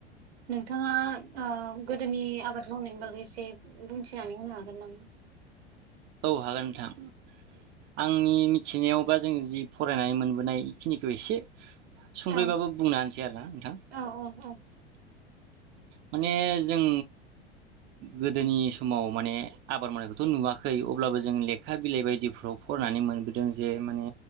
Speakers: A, on the right (about 70°); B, on the right (about 35°).
A: नोंथाङा गोदोनि आबाद मावनायनि बागै एसे बुंथिनानै होनो हागोन नामा
B: औ हागोन नोंथां आंनि मिथिनायाव बा जों जि फरायनानै मोनबोनाय बेखिनिखौ एसे संद्रैबाबो
A: औ
B: बुंनोानोसै आरोना नोंथां
A: औ औ औ
B: माने जों गोदोनि समाव माने आबाद मावनायखौथ नुवाखै खै अब्लाबो जों लेखा बिलाइ बायदिफ्राव फरायनानै मोनबोदों जे माने